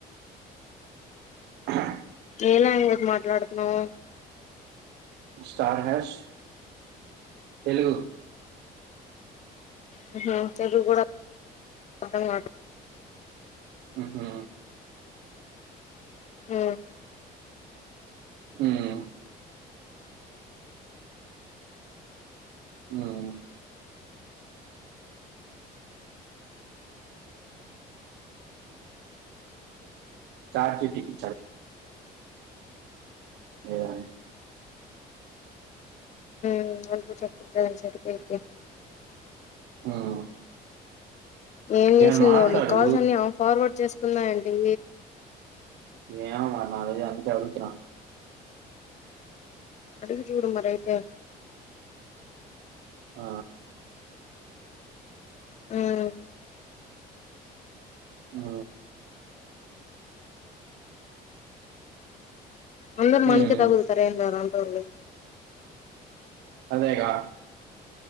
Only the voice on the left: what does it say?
ఏ లాంగ్వేజ్ మాట్లాడుతున్నావ్
హ హ తెలుగు గుడా అర్థకావట్లేదు
హ
<unintelligible>
ఏం చేసిందో
నీ కాల్స్ అన్ని ఫార్వర్డ్ చేసుకున్నా అండీ
అడిగి జూడు మరైతే
హ్మ్
అందరు
మనకే తగులుతరు <inaudible> అవును